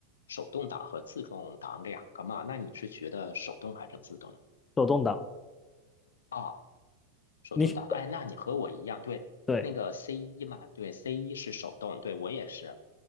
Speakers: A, on the left; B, on the left.
A: 手动挡和自动挡两个嘛？那你是学的手动还是自动？
B: 手动挡。
A: 啊？手动挡。
B: 你
A: 哎，那你和我一样，对，
B: 对，
A: 那个 C 一嘛，对，C 一是手动，对我也是。